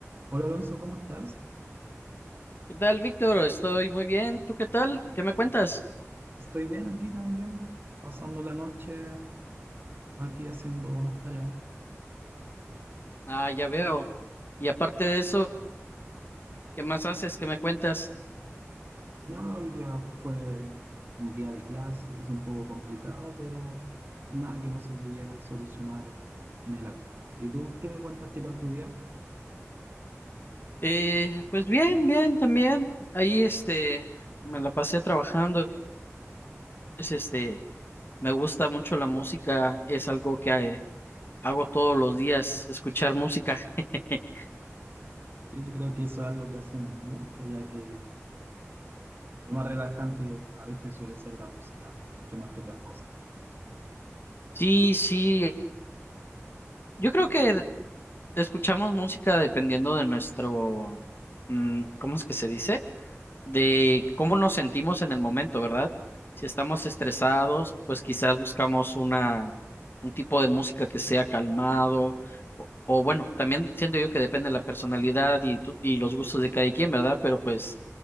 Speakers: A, on the right; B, on the left.
A: Hola Alonso, ¿cómo estás?
B: ¿Qué tal, Víctor? Estoy muy bien. ¿Tú qué tal? ¿Qué me cuentas?
A: Estoy bien aquí también, pasando la noche aquí haciendo unas tareas.
B: Ah, ya veo. Y aparte de eso, ¿qué más haces? ¿Qué me cuentas?
A: Nada, hoy día fue un día de clases, un poco complicado, pero nada que no se pudiera solucionar en el acto. ¿Y tú qué me cuentas? ¿Qué tal tu día?
B: Eh, pues bien, bien, también. Ahí, este, me la pasé trabajando. Es, este, me gusta mucho la música. Es algo que eh, hago todos los días, escuchar música. <laughs>
A: Sí, yo creo que eso es algo que hacemos mucho, ya que lo más relajante a veces suele ser la música, mucho más que otras cosas.
B: Sí, sí. Yo creo que escuchamos música dependiendo de nuestro, mm, ¿cómo es que se dice? de cómo nos sentimos en el momento, ¿verdad? Si estamos estresados, pues quizás buscamos una, un tipo de música que sea calmado, o, o bueno, también siento yo que depende de la personalidad y, tu- y los gustos de cada quien, ¿verdad? Pero pues